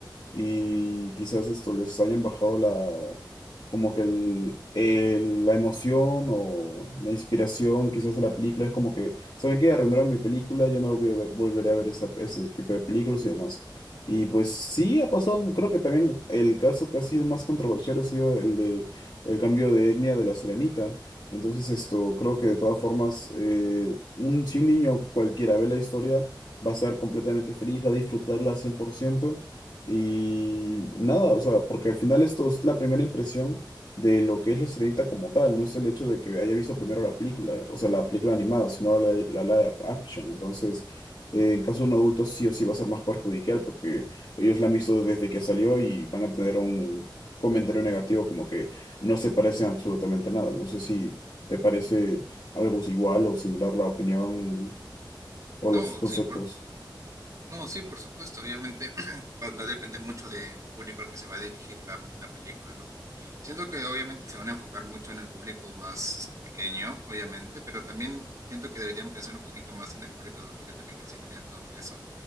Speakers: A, on the left; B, on the right.
A: y quizás esto les hayan bajado la, como que el, el- la emoción o la inspiración quizás de la película, es como que, ¿saben qué? Arruinaron mi película, ya no voy a ver- volveré a ver esa- ese tipo de películas y demás. Y pues sí, ha pasado, creo que también el caso que ha sido más controversial ha sido el de el cambio de etnia de la sirenita. Entonces esto, creo que de todas formas, eh, un, si un niño cualquiera ve la historia, va a estar completamente feliz, va a disfrutarla al 100% y nada, o sea, porque al final esto es la primera impresión de lo que es la Sirenita como tal, no es el hecho de que haya visto primero la película, o sea, la película animada, sino la, la live action. Entonces, eh, en caso de un adulto sí o sí va a ser más perjudicial porque ellos la han visto desde que salió y van a tener un comentario negativo como que no se parecen absolutamente nada. No sé si te parece algo igual o similar la opinión o
B: No,
A: los conceptos.
B: sí, por, No, sí, por supuesto. Obviamente <clears throat> va, va a depender mucho del público al que se va a dirigir la, la película, ¿no? Siento que obviamente se van a enfocar mucho en el público más pequeño, obviamente, pero también siento que deberían pensar un poquito más en el público adulto que también crece viendo todo eso.